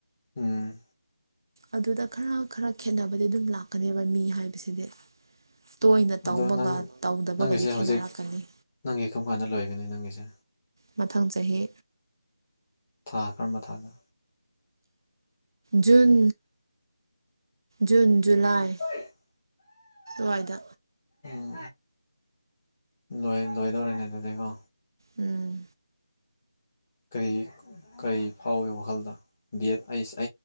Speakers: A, on the left; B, on the right.
A: ꯎꯝ
B: ꯑꯗꯨꯗ ꯈꯔ ꯈꯔ ꯈꯦꯅꯕꯗꯤ ꯑꯗꯨꯝ ꯂꯥꯛꯀꯅꯦꯕ ꯃꯤ ꯍꯥꯏꯕꯁꯤꯗꯤ꯫ ꯇꯣꯏꯅ
A: ꯑꯗꯣ
B: ꯇꯧꯕꯒ
A: ꯅꯪ
B: ꯇꯧꯗꯕꯒꯗꯤ
A: ꯅꯪꯒꯤꯁꯦ ꯍꯧꯖꯤꯛ
B: ꯈꯦꯠꯅꯔꯛꯀꯅꯤ꯫
A: ꯅꯪꯒꯤ ꯀꯔꯝ ꯀꯥꯟꯗ ꯂꯣꯏꯒꯅꯤ ꯅꯪꯒꯤꯁꯦ
B: ꯃꯊꯪ ꯆꯍꯤ
A: ꯊꯥ ꯀꯔꯝꯕ ꯊꯥꯅꯣ
B: ꯖꯨꯟ ꯖꯨꯟ ꯖꯨꯂꯥꯏ
A: <unintelligible>
B: ꯗꯥꯏꯗ
A: ꯎꯝ ꯂꯣꯏ ꯂꯣꯏꯗꯧꯔꯅꯦ ꯑꯗꯨꯗꯤꯀꯣ
B: ꯎꯝ
A: ꯀꯔꯤ ꯀꯔꯤ ꯐꯥꯎꯏꯤ ꯋꯥꯈꯜꯗ ꯕꯤ ꯑꯦꯗ ꯑꯩ ꯑꯩꯁ